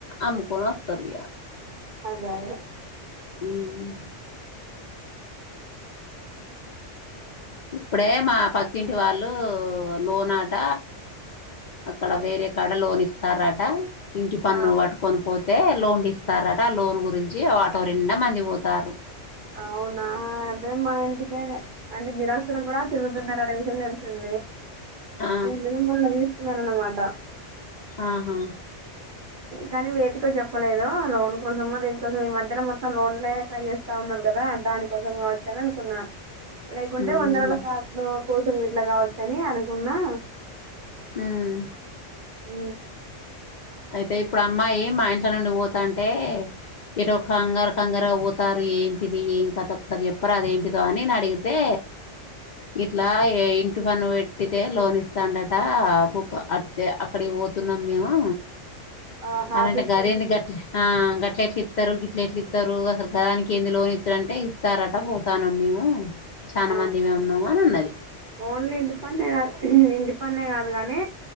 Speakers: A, on the left; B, on the right.
A: అమ్ముకోనొత్తరు ఇగ
B: అదే అదే
A: ఊ హ్మ్మ్ ఇప్పుడే మా పక్కింటి వాళ్ళు లోనాట అక్కడ వేరే కాడ లోన్ ఇస్తారట. ఇంటి పన్ను
B: ఆ
A: పట్టుకొని పోత్ తే లోన్లీస్తారట, ఆ లోన్ గురించి అటో నిండా మంది బోతారు.
B: అవునా అదే మా ఇంటిక అంటే దిరాక్షరం కూడా తిరుగుతున్నార అడ విషయం తెలిసింద
A: ఆ
B: నేను దిన మలా తీసుకున్నాారన మాటా
A: ఆహా
B: కానీ వేటికో చెప్పలేదు లోన్ కోసము దీనికోసం ఈ మధ్యలో మొత్తం లోన్లే చేస్త స్తా ఉన్నారు కదా దానికోసం కావచ్చు అని అనుకున్నా లేకుంటే
A: ఉమ్
B: వందరుల కార్లు కోసం వీట్లా కావచ్చ అని అనుకున్నా
A: హ్మ్మ్
B: ఉ
A: అయితే ఇప్పుడు అమ్మాయి మా ఇంట్ల నుండి పోతాంటే, ఇటు కంగారు కంగారుగా పోతారీ. ఏంటిది ఏంకథ ఒకసారి చెప్పరాదేంటిదో అని నేనడిగితే ఇట్లా ఇ ఇట్టు పన్ను పెట్టితే లోన్ ఇస్తాండట, <unintelligible> అక్కడికి పోతున్నాం మేము
B: ఆహా
A: అనంటే
B: ఆఫీస్
A: గరింది
B: వెళ్తాను
A: గట్ల
B: ఉమ్,
A: గట్లట్ ఇస్తారు గిట్ల ఎట్లు ఇస్తారు అసలు గదానికి ఏంది లోన్ ఇచ్చారంటే ఇస్తారట పోతానం మేము చాలా
B: ఆ,
A: మంది ఇమే ఉన్నావు అని ఉన్నది
B: ఓన్లీ ఇండిపెండెంట్దు ఇండిపెండెంట్ కాదు గానీ